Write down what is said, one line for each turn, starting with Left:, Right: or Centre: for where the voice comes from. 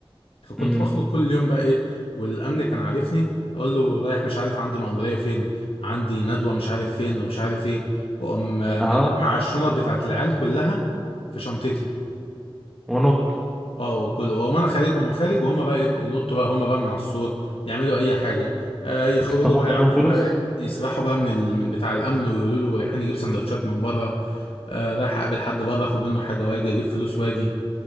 Left: فكنت
Centre: امم
Left: بخرج كل يوم بقى ايه والامن كان عارفني اقول له رايح مش عارف عندي مأمورية فين عندي ندوة مش عارف فين ومش عارف ايه واقوم آه،
Centre: اه
Left: مجمع الشنط بتاعت العيال كلها في شنطتي
Centre: ونط
Left: اه وكل واقوم انا خارجهم وخارج وهم بقى ينطوا بقى هم بقى من على السور يعملوا اي حاجة آه يخرجوا
Centre: كنت بتاخد
Left: بقى
Centre: منهم
Left: يعرفوا
Centre: فلوس
Left: بقى يسرحوا بقى من ال... من بتاع الامن ويقولوا له رايحين نجيب سندوتشات من بره آه رايح اقابل حد بره اخد منه حاجة واجي اجيب فلوس واجي